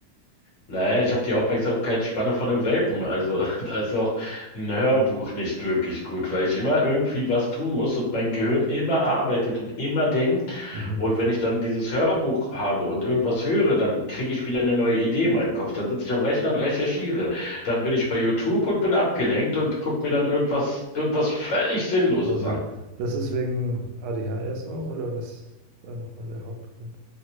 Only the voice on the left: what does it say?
Naja, ich habe die Aufmerksamkeitsspanne von einem Welpen, also <laughs> da ist auch ein Hörbuch nicht wirklich gut, weil ich immer irgendwie was tun muss und mein Gehirn immer arbeitet und immer denkt.
Und wenn ich dann dieses Hörbuch habe und irgendwas höre, dann kriege ich wieder eine neue Idee in meinem Kopf. Dann sitze ich am Rechner und recherchiere.
Dann bin ich bei YouTube und bin abgelenkt und gucke mir dann irgendwas, irgendwas völlig Sinnloses
an.